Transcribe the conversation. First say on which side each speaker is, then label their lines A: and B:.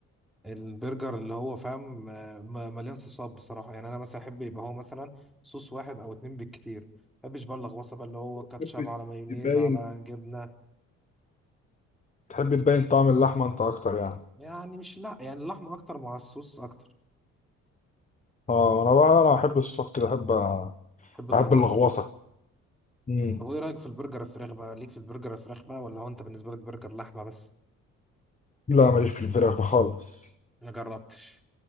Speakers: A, in the centre; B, on the left.
A: البرجر اللي هو فاهم آه، م- مليان صوصات بصراحة يعني انا مثلا احب يبقى هو مثلا صوص واحد او اتنين بالكتير ما بحبش بقى اللغوصة بقى اللي هو كاتشب
B: تحب
A: على مايونيز
B: تبين
A: على جبنة
B: تحب تبين طعم اللحمه انت اكتر يعني
A: يعني مش لا يعني اللحمة اكتر مع الصوص اكتر
B: اه انا بقى انا بحب الصوت كده بحب
A: بحب اللغوصة
B: بحب اللغوصه مم.
A: طب وايه رايك في البرجر الفراخ بقى ليك في البرجر الفراخ بقى ولا هو انت بالنسبه لك برجر لحمه بس
B: لا ماليش في الفراخ ده خالص
A: ما جربتش